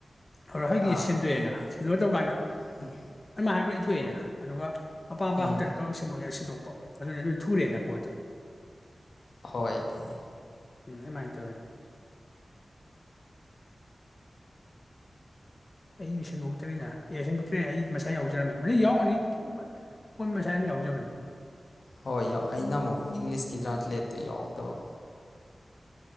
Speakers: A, on the left; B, on the left.
A: ꯍ ꯍꯣꯏꯒꯤ
B: ꯑꯥ
A: ꯁꯟꯗꯣꯛꯑꯦꯅ ꯁꯟꯗꯣꯏ ꯇꯧꯀꯥꯟꯗ
B: ꯎꯝ
A: ꯑ ꯍꯥꯏ ꯄꯨꯔꯥ ꯏꯊꯣꯛꯑꯦꯅ ꯑꯗꯨꯒ ꯃꯄꯥ ꯃꯄꯥ
B: ꯎꯝ
A: ꯈꯛꯇꯗꯣꯛ ꯁꯤꯟꯗꯣꯛꯄ ꯑꯗꯨ ꯑꯗꯨ ꯊꯨꯔꯦꯅ ꯄꯣꯠꯇꯣ
B: ꯍꯣꯏ ꯑꯗꯨꯗꯤ
A: ꯑꯗꯨꯃꯥꯏꯅ ꯇꯧꯋꯤ ꯑꯩ ꯁꯟꯗꯣꯛꯇꯔꯤꯦꯅꯦ ꯑꯦ ꯁꯟꯗꯣꯛꯇ꯭ꯔꯦ ꯑꯩ ꯃꯁꯥ ꯌꯥꯎꯖꯔꯝꯃꯦ ꯃ ꯌꯥꯎꯔꯅꯤ ꯐꯣꯟ ꯃꯁꯥ ꯑꯗꯨꯝ ꯌꯥꯎꯖꯕꯅꯤ
B: ꯍꯣꯏ ꯑꯩꯅ ꯑꯃꯨꯛ ꯏꯪꯂꯤꯁꯀꯤ ꯇ꯭ꯔꯥꯟꯁꯂꯦꯠꯇꯨ ꯌꯥꯎꯗꯕ